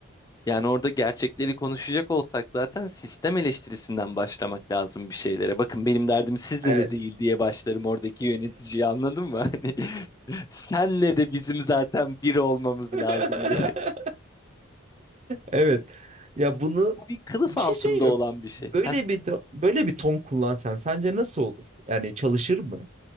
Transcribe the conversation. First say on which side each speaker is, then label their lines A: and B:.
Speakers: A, on the left; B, on the right.
A: Yani orada gerçekleri konuşacak olsak zaten sistem eleştirisinden başlamak lazım bir şeylere. Bakın benim derdim sizle
B: Evet.
A: de değil diye başlarım oradaki yöneticiyi anladın mı? <laughs> Hani senle de bizim zaten bir olmamız lazım
B: <laughs>
A: diye.
B: <laughs> Evet. Ya bunu
A: Bu bir kılıf
B: bir
A: altında
B: şey söyleyeyim
A: olan
B: mi?
A: bir şey.
B: Böyle bir böyle bir ton kullansan sence nasıl olur? Yani çalışır mı?